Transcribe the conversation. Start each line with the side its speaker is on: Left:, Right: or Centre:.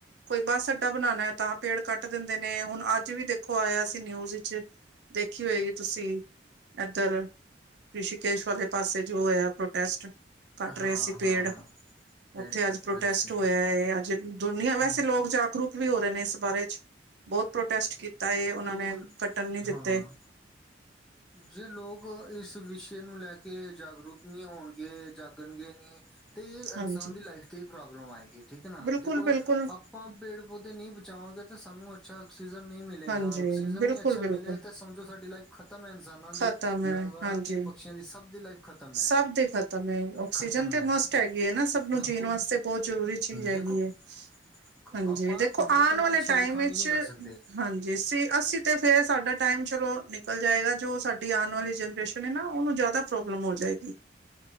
Right: ਕੋਈ ਬਸ ਅੱਡਾ ਬਣਾਨਾ ਐ ਤਾਂ ਪੇੜ ਕੱਟ ਦਿੰਦੇ ਨੇ ਹੁਣ ਅੱਜ ਵੀ ਦੇਖੋ ਆਇਆ ਸੀ ਨਿਊਜ਼ ਚ ਦੇਖੀ ਹੋਏਗੀ ਤੁਸੀਂ ਐਦਰ? ਰਿਸ਼ੀਕੇਸ਼ ਵਾਲੇ ਪਾਸੇ ਜੋ ਹੋਇਆ ਪ੍ਰੋਟੈਸਟ, ਕੱਟ ਰਹੇ
Centre: ਹਾਂ
Right: ਸੀ ਪੇੜ
Centre: ਹਾਂ ਹਾਂ ਪੇੜ
Right: ਉੱਥੇ
Centre: ਕੱਟ
Right: ਅੱਜ ਪ੍ਰੋਟੈਸਟ
Centre: ਰਹੇ ਸੀ
Right: ਹੋਇਆ ਹੈ ਅੱਜ ਦੁਨੀਆਂ, ਵੈਸੇ
Centre: ਹਮ
Right: ਲੋਕ ਜਾਗਰੂਕ ਵੀ ਹੋ ਰਹੇ ਨੇ ਇਸ ਬਾਰੇ ਚ ਬਹੁਤ ਪ੍ਰੋਟੈਸਟ ਕੀਤਾ ਏ ਓਨਾ
Centre: ਲੋਕ
Right: ਨੇ ਕੱਟਣ ਨੀ
Centre: ਹਾਂ
Right: ਦਿੱਤੇ।
Centre: ਜੇ ਲੋਕ ਇਸ ਵਿਸ਼ੇ ਨੂੰ ਲੈ ਕੇ ਜਾਗਰੂਕ ਨੀ ਹੋਣਗੇ ਜਾਗਣਗੇ ਨੀ ਤੇ ਇਹ ਇਨਸਾਨ
Right: ਹਾਂਜੀ
Centre: ਦੀ ਲਾਈਫ ਤੇ ਈ ਪ੍ਰੋਬਲਮ ਆਏਗੀ ਠੀਕ ਆ ਨਾ
Right: ਬਿਲਕੁਲ-ਬਿਲਕੁਲ
Centre: ਦੇਖੋ ਅਪ ਆਪਾਂ ਪੇੜ-ਪੌਦੇ ਨਈ ਬਚਾਵਾਂਗੇ ਤੇ ਸਾਨੂੰ ਅੱਛਾ ਆਕਸੀਜਨ ਨੀ ਮਿਲੇਗਾ
Right: ਹਾਂਜੀ
Centre: ਆਕਸੀਜਨ
Right: ਬਿਲਕੁਲ-ਬਿਲਕੁਲ
Centre: ਨੀ ਅੱਛਾ ਮਿਲੇ ਤੇ ਸਮਝੋ ਸਾਡੀ ਲਾਈਫ ਖ਼ਤਮ ਐ ਇਨਸਾਨਾਂ ਦੀ
Right: ਖ਼ਤਮ ਹੈ
Centre: ਜਾਨਵਰਾਂ
Right: ਹਾਂਜੀ।
Centre: ਦੀ ਪਸ਼ੀਆਂ ਦੀ ਸਭ ਦੀ ਲਾਈਫ ਖ਼ਤਮ ਮੈ
Right: ਸਭ ਦੇ ਖ਼ਤਮ ਹੈ ਆਕਸੀਜਨ
Centre: ਖਤਮ
Right: ਤੇ
Centre: ਐ,
Right: ਮਸਟ ਹੈਗੀ ਹੈ ਨਾ ਸਭ ਨੂੰ
Centre: ਹਮ
Right: ਜੀਣ
Centre: ਖੁਦ
Right: ਵਾਸਤੇ ਬਹੁਤ ਜ਼ਰੂਰੀ ਚੀਜ਼ ਹੈਗੀ
Centre: ਦੇਖੋ
Right: ਹੈ।
Centre: <inaudible> <inaudible>
Right: ਹਾਂਜੀ,
Centre: ਆਪਾਂ
Right: ਦੇਖੋ
Centre: ਕੁਦਰਤ
Right: ਆਣ
Centre: ਨਾਲ
Right: ਵਾਲੇ
Centre: ਛੇੜਖਾਨੀ
Right: ਟਾਈਮ ਵਿੱਚ,
Centre: ਨਹੀਂ ਕਰ ਸਕਦੇ
Right: ਹਾਂਜੀ ਸੀ ਅਸੀਂ ਤੇ ਫੇਰ ਸਾਡਾ ਟਾਈਮ, ਚਲੋ ਨਿਕਲ ਜਾਏਗਾ, ਜੋ ਸਾਡੀ ਆਣ ਵਾਲੀ ਜਨਰੇਸ਼ਨ ਹੈ ਨਾ, ਉਹਨੂੰ ਜ਼ਿਆਦਾ ਪ੍ਰੋਬਲਮ ਹੋ ਜਾਏ ਗੀ